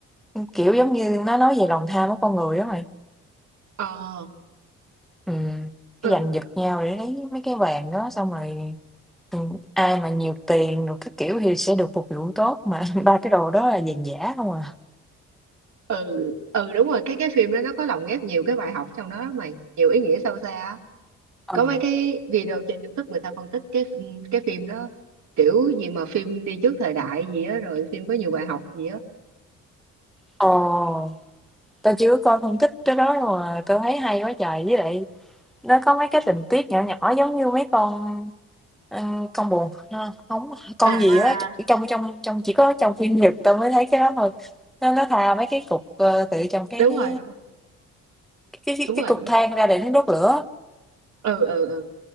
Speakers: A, in the centre; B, on the right.
A: kiểu giống như nó nói về lòng tham của con người đó mày
B: ờ
A: Ừm, cái
B: ừ
A: giành giật nhau để lấy mấy cái vàng đó xong rồi, ừm, ai mà nhiều tiền rồi cái kiểu thì sẽ được phục vụ tốt, mà <laughs> ba cái đồ đó là vàng giả không à.
B: ừ ừ đúng rồi cái cái phim đó nó có lồng ghép nhiều cái bài học trong đó lắm mày nhiều ý nghĩa sâu xa á.
A: Ừ.
B: có mấy cái video trên YouTube người ta phân tích cái ừ, cái phim đó kiểu gì mà phim đi trước thời đại gì á rồi phim có nhiều bài học gì á
A: Ồ, tao chưa coi phân tích cái đó mà tao thấy hay quá trời, với lại nó có mấy cái tình tiết nhỏ nhỏ giống như mấy con, ờ, con bồ ha, không con
B: À,
A: gì á, trong trong trong chỉ có trong phim Nhật tao mới thấy cái đó thôi. Nó nó thà mấy cái cục, ờ, tự trong cái
B: đúng
A: cái
B: rồi đúng rồi
A: cái cái
B: đúng
A: cái
B: rồi
A: cục
B: đúng
A: than
B: rồi
A: ra để nó đốt lửa
B: ừ ừ ừ